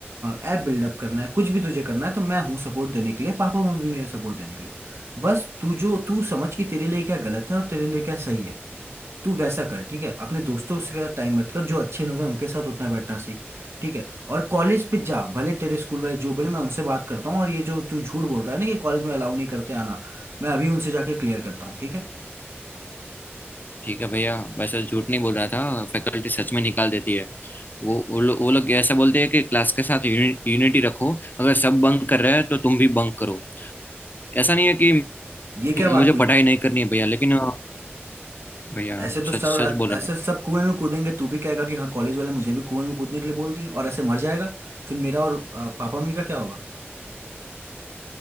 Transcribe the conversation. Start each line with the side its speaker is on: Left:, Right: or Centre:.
Right: ऐप बिल्डअप करना है कुछ भी तुझे करना है तो मैं हूँ सपोर्ट देने के लिए पापा मम्मी भी है सपोर्ट देने के लिए बस तू जो तू समझ कि तेरे लिए क्या गलत है और तेरे लिए क्या सही है तू वैसा कर ठीक है अपने दोस्तों से टाइम मत कर जो अच्छे लोग हैं उनके साथ उठना बैठना सीख ठीक है और कॉलेज पे जा भले तेरे स्कूल वाले जो बोले मैं उनसे बात करता हूँ और ये जो तू झूठ बोल रहा है ना कि कॉलेज में अलाउ नहीं करते आना मैं अभी उनसे जाके क्लियर करता हूँ ठीक है
Left: ठीक है भैया वैसे तो झूठ नहीं बोल रहा था फैकल्टी सच में निकाल देती है वो वो लोग वो लोग ऐसा बोलते हैं कि क्लास के साथ यूनिटी रखो अगर सब बंक कर रहे हैं तो तुम भी बंक करो ऐसा नहीं है कि
Right: ये क्या बात
Left: मुझे
Right: हुई
Left: पढ़ाई नहीं करनी है भैया लेकिन अ, भैया
Right: ऐसे तो सब
Left: सच
Right: रा-
Left: सच बोल रहा
Right: ऐसे सब कुएं में कूदेंगे तू भी कहेगा कि हाँ कॉलेज वाले मुझे भी कुएं में कूदने के लिए बोल दिए और ऐसे मर जाएगा फिर मेरा और आ, पापा मम्मी का क्या होगा